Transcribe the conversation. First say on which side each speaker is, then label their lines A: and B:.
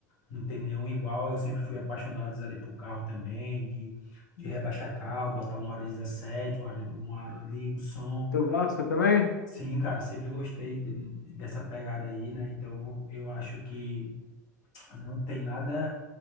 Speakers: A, on the left; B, on the left.
A: Não tem nenhum igual. Eu sempre fui apaixonado ali por carro também, de, de rebaixar carro, botar um aro 17, um aro, um aro ali, um som.
B: Tu gosta também?
A: Sim, cara, sempre gostei de- dessa pegada aí, né? Então eu acho que não tem nada,